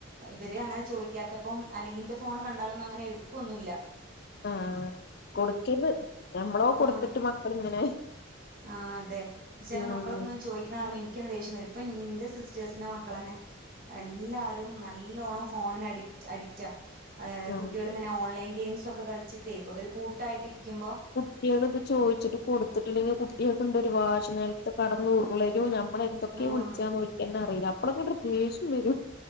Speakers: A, on the right; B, on the left.
A: ഇവര് അങ്ങനെ ചോ ത്തപ്പം അല്ലെങ്കി എന്റെ ഫോണ് കണ്ടാലൊന്നും അങ്ങനെ എടുക്കൊന്നു ഇല്ല
B: ആഹ് കൊടുക്കേന്ന് നമ്മളോ കൊടുത്തിട്ട്
A: ആഹ്
B: മക്കളിങ്ങനെ
A: ആഹ് അതെ ചില
B: ഉം
A: മക്കളൊക്കെ അങ്ങന ചോയിക്കണ കാണുമ്പോ എനിക്കന്നെ ദേഷ്യം വരും ഇപ്പൊ എന്റെ സിസ്റ്റേഴ്സിന്റെ മക്കളന്നെ എല്ലാരും നല്ലോണം ഫോണിന് അഡിക് അഡിക്റ്റാ.
B: ഉം
A: കുട്ടികളിങ്ങനെ ഓൺലൈൻ ഗെയിംസൊക്കെ കളിച്ചിട്ടേ അവർ കൂട്ടായിട്ടിരിക്കുമ്പോൾ
B: കുട്ടികള് ഇത് ചോയിച്ചിട്ട് കൊടുത്തിട്ടില്ലെങ്കിൽ കുട്ടികൾക്ക് ഇണ്ടൊരു വാശി നിലത്ത് കിടന്നു ഉരുളരും ഞാ നമ്മള് എന്തൊക്കെയാ
A: ആഹ്
B: വിളിച്ചാന്ന് ഓൽക്കന്നെ അറിയില്ല അപ്പളന്ന ഒരു ദേഷ്യം വരും.